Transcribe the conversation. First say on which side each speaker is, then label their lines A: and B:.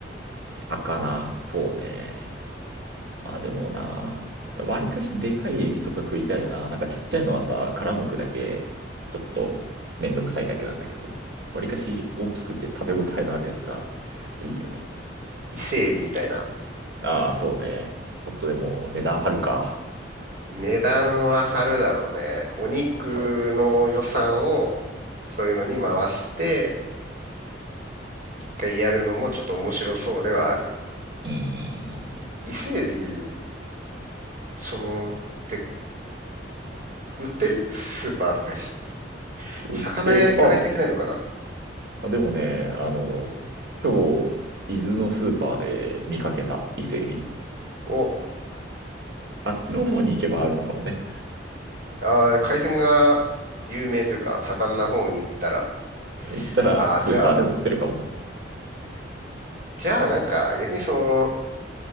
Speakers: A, on the right (about 65°); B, on the right (about 50°).
A: 魚、そうね。まあでもな、わりかしでかいエビとか食いたいな。なんかちっちゃいのはさ、殻むくだけ、ちょっとめんどくさいだけなんだけど、わりかし大きくて食べ応えのあるやつがいいよね。
B: 伊勢海老みたいな。
A: ああ、そうね。ちょっとでも値段張るか。
B: 値段は張るだろうね。お肉の予算をそういうのに回して、
A: そう。
B: 一回やるのもちょっと面白そうではある。
A: うんうん
B: 伊勢海老、その、って売ってるスーパーとかに。<laughs>
A: うん。
B: 魚屋行かないといけないのかな
A: 売って、あ、でもね、あの、今日、伊豆のスーパーで見かけた伊勢エビ。
B: お、
A: あっちの方に行けばあるのかもね。
B: あー海鮮が有名というか、盛んな方に行ったら、
A: 行ったらスーパーでも売ってるかも。
B: ああ、じゃあ、じゃあなんか逆にその、